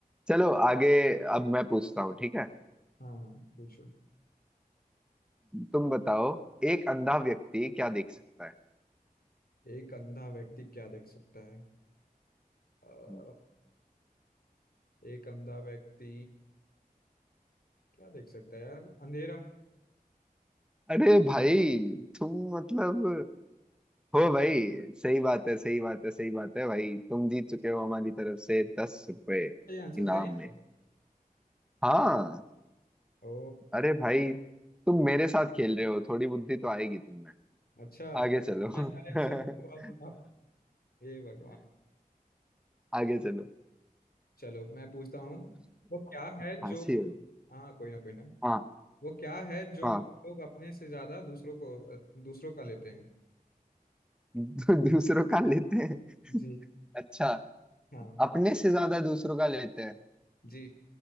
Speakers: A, in the centre; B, on the left.
A: चलो आगे अब मैं पूछता हूँ ठीक है
B: हाँ पूछो
A: तुम बताओ एक अंधा व्यक्ति क्या देख सकता है
B: एक अंधा व्यक्ति क्या देख सकता है अ,
A: हम्म।
B: एक अंधा व्यक्ति क्या देख सकता है यार अंधेरा
A: अरे भाई तुम मतलब हो भाई सही बात है सही बात है सही बात है भाई तुम जीत चुके हो हमारी तरफ से दस रुपए
B: ये आंसर
A: इनाम
B: सही
A: में
B: है
A: हाँ
B: ओ
A: अरे भाई तुम मेरे साथ खेल रहे हो थोड़ी बुद्धि तो आएगी तुम
B: अच्छा
A: आगे चलो
B: मैं
A: <laughs>
B: सारे आंसर तो अब अब हे भगवान
A: आगे चलो
B: चलो मैं पूछता हूँ वो क्या है जो
A: फांसी होगी
B: हाँ कोई ना कोई ना
A: हाँ
B: वो क्या है जो
A: हाँ
B: लोग अपने से ज्यादा दूसरों को अ, दूसरों का लेते हैं
A: दू- दूसरों का लेते हैं
B: जी
A: अच्छा
B: हाँ
A: अपने से ज्यादा दूसरों का लेते हैं
B: जी